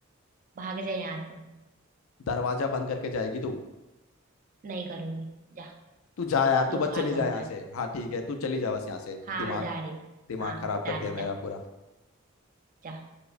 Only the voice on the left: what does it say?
दरवाजा बंद करके जाएगी तू
तू जा यार तू
बस
चली जा
यहाँ से
हाँ ठीक है तू चली जा बस यहाँ से
दिमाग
दिमाग
खराब
कर
दिया मेरा
पूरा